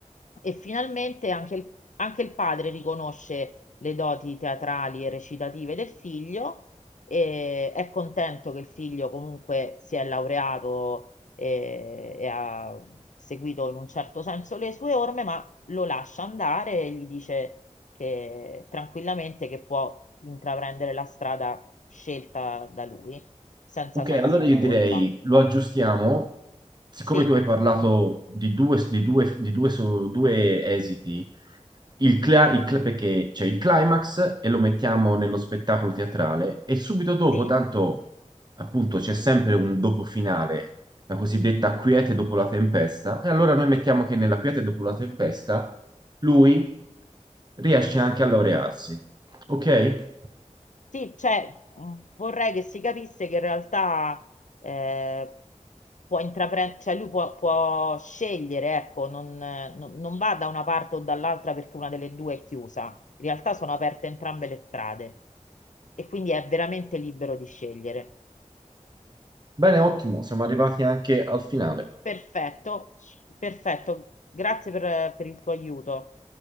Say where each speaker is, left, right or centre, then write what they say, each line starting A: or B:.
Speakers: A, on the left; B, on the right.
A: E finalmente anche il, anche il padre riconosce le doti teatrali e recitative del figlio e è contento che il figlio comunque si è laureato eh, e, ha seguito in un certo senso le sue orme, ma lo lascia andare e gli dice che tranquillamente che può intraprendere la strada scelta da lui, senza
B: Ok,
A: sensi
B: allora
A: di
B: io
A: colpa.
B: direi lo aggiustiamo, siccome
A: Sì,
B: tu hai parlato di due, di due- di due so- due esiti, il, cla- il cla- perché c'è il climax e lo mettiamo nello spettacolo teatrale e subito dopo,
A: sì.
B: tanto appunto c'è sempre un dopo finale, la cosiddetta quiete dopo la tempesta, e allora noi mettiamo che nella quiete dopo la tempesta lui riesce anche a laurearsi. Ok?
A: Sì, cioè, mh, vorrei che si capisse che in realtà eh, può intraprendere, cioè lui può, può scegliere, ecco, non, eh, non- non va da una parte o dall'altra perché una delle due è chiusa. In realtà sono aperte entrambe le strade e quindi è veramente libero di scegliere.
B: Bene, ottimo, siamo arrivati anche al finale.
A: Perfetto, perfetto, grazie per per il tuo aiuto.